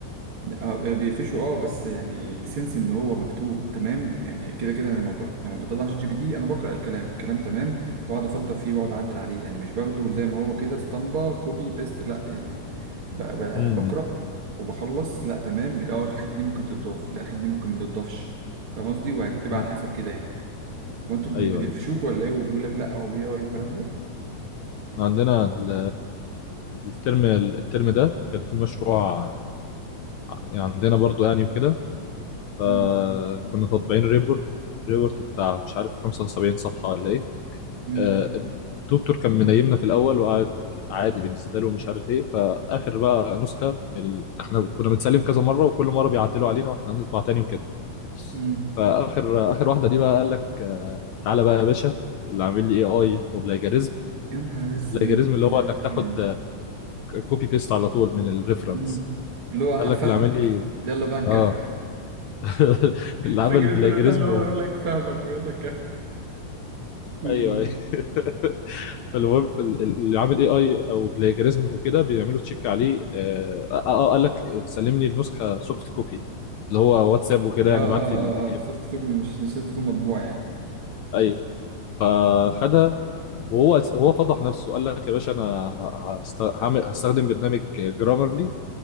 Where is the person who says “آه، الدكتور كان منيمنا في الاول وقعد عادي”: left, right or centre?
Left